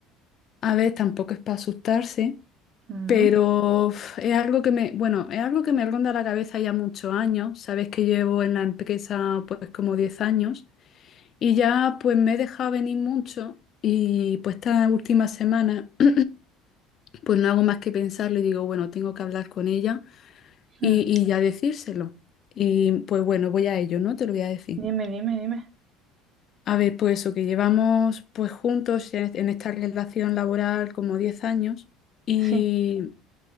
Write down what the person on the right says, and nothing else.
Mm,
mm,
Dime, dime, dime.
Sí,